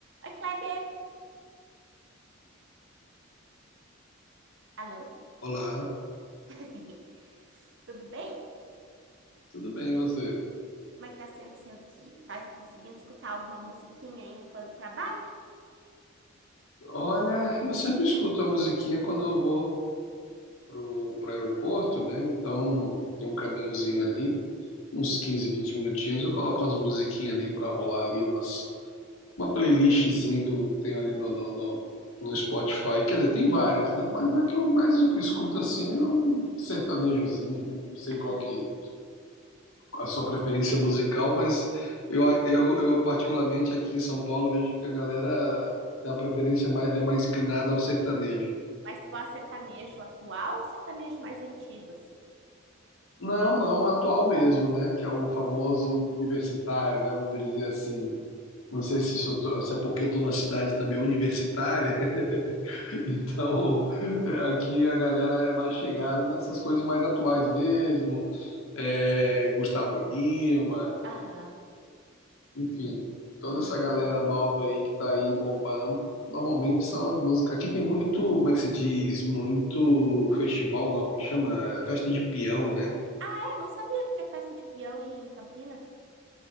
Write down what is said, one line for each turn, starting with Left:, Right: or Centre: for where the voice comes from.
Right: Oi, Kleber! Alô?
Left: Olá,
Right: <laughs> Tudo bem?
Left: tudo bem e você?
Right: Como é que tá sendo seu dia? Tá conseguindo escutar alguma musiquinha aí enquanto trabalha?
Left: Olha, eu sempre escuto a musiquinha quando eu vou pro, pro aeroporto, né? Então tem um caminhozinho ali, uns 15, 20 minutinhos, eu coloco umas musiquinhas ali pra rolar ali, umas, uma playlistzinha que eu tenho ali no, no, no, no Spotify. Quer dizer, tem várias, né? Mas a que eu mais escuto assim é um sertanejozinho, não sei
Right: Aham.
Left: qual que, a sua preferência musical, mas eu, a- eu, eu particularmente aqui em São Paulo vejo que a galera tem a preferência mais, é mais inclinada ao sertanejo.
Right: Mas gosta de sertanejo atual ou sertanejo mais antigo, assim?
Left: Não, não, o atual mesmo, né? Que é o
Right: Ao
Left: famoso
Right: mesmo.
Left: universitário, né? Vamos dizer assim. Não sei se, isso eu tô- se é porque eu tô numa cidade também universitária, <laughs> então é, aqui a galera é mais chegada nessas coisas mais atuais mesmo. É, Gustavo Lima.
Right: Aham.
Left: Enfim, toda essa galera nova aí que tá aí bombando, normalmente são as músicas. Aqui tem muito, como é que se diz? Muito festival, não, como é que chama? Festa de peão, né?
Right: É, não sabia que tinha festa de peão em Campinas.